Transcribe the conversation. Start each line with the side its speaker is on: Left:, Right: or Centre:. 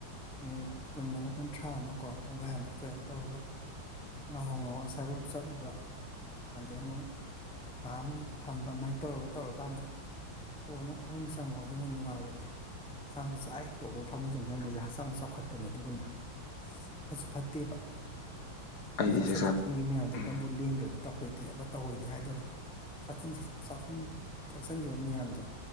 Centre: ꯃꯤꯅꯤꯠ ꯀꯨꯟ ꯑꯃ ꯀꯨꯟꯊ꯭ꯔꯥ ꯑꯃꯀꯣ ꯄꯨꯡꯒꯥꯏꯃꯨꯛ ꯀꯩꯅ ꯇꯧꯔꯒ ꯉꯥꯍꯧ ꯉꯥꯍꯧ ꯑꯁꯥꯏꯕꯛ ꯆꯠꯂꯨꯕ ꯑꯗꯩ ꯑꯃꯨꯛ ꯉꯍꯥꯛ ꯃꯨꯛ ꯍꯦꯛ ꯐꯝꯕ ꯃꯥꯏ ꯇꯧꯔꯒ ꯇꯧꯔꯀꯥꯟꯗ ꯀꯣꯟꯅ ꯐꯥꯃꯨꯡ ꯆꯪꯉꯣ ꯑꯗꯨꯅ ꯅꯨꯡꯉꯥꯏꯕꯅꯤ ꯆꯥꯡ ꯆꯥ ꯍꯦꯛꯇꯣꯛꯄ ꯐꯃꯨꯡ ꯆꯪꯁꯤꯟꯕꯖꯦ ꯍꯛꯆꯥꯡꯖꯨ ꯆꯥꯎꯈꯠꯄꯅꯦ ꯑꯗꯨꯒꯅꯦ ꯐꯁꯨ ꯐꯠꯇꯦꯕ
Left: ꯑꯩꯗꯤ
Centre: ꯍꯦꯛ ꯆꯥꯁꯟ
Left: ꯆꯥꯛꯆꯥ
Centre: ꯁꯛꯁꯟꯒꯤ ꯃꯌꯥꯝꯗꯣ
Left: ꯎꯝ
Centre: ꯀꯩꯝꯕꯨ ꯂꯦꯡꯗ꯭ꯔꯗꯤ ꯇꯧꯍꯣꯏꯗꯦꯕ ꯇꯧꯍꯣꯏꯗꯦ ꯍꯥꯏꯗꯣꯔꯦ ꯆꯥꯁꯟꯁꯠ ꯆꯥꯁꯟ ꯊꯛꯆꯟꯒꯤꯕ ꯃꯌꯥꯝꯗꯣ